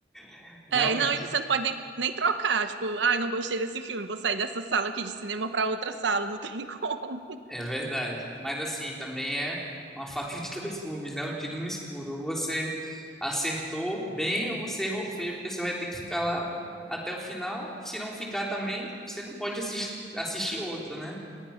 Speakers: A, in the centre; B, on the right.
A: <laughs> realmente.
B: É, e não, e você não pode nem, nem trocar, tipo, ai, não gostei desse filme, vou sair dessa sala aqui de cinema pra outra sala, não tem <laughs> como.
A: É verdade. Mas assim, também é uma faca de dois gumes, né? Um tiro no escuro. Ou você acertou bem ou você errou feio, porque você vai ter que ficar lá até o final. Se não ficar também, você não pode assis- assistir outro, né?